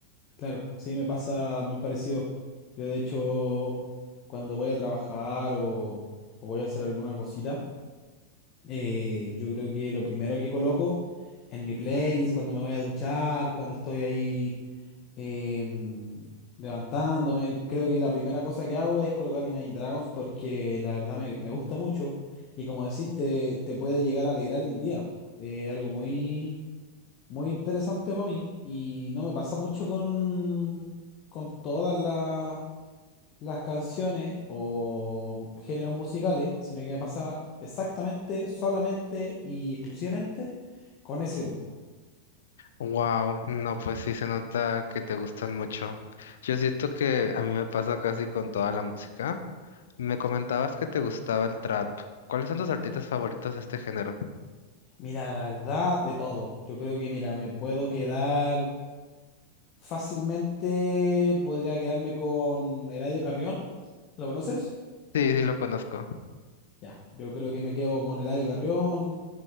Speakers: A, on the left; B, on the left.
A: Claro, sí, me pasa muy parecido. Yo de hecho, cuando voy a trabajar o, o voy a hacer alguna cosita, eh, yo creo que lo primero que coloco en mi playlist, cuando me voy a duchar, cuando estoy ahí eh, mm, levantándome, creo que la primera cosa que hago es colocar Imagine Dragons porque la verdad me, me gusta mucho y como decís, te, te puede llegar a alegrar el día. Eh, algo muy muy interesante para mí y no me pasa mucho con, con todas las, las canciones o géneros musicales, sino que me pasa exactamente, solamente y exclusivamente con ese grupo.
B: Wow, no, pues sí se nota que te gustan mucho. Yo siento que a mí me pasa casi con toda la música. Me comentabas que te gustaba el trap. ¿Cuáles son tus artistas
A: Ujú.
B: favoritos de este género?
A: Mira, la verdad, de todo. Yo creo que, mira, me puedo quedar fácilmente, podría quedarme con Eladio Carrión. ¿Lo conoces?
B: Sí, sí lo conozco.
A: Ya, yo creo que me quedo con Eladio Carrión.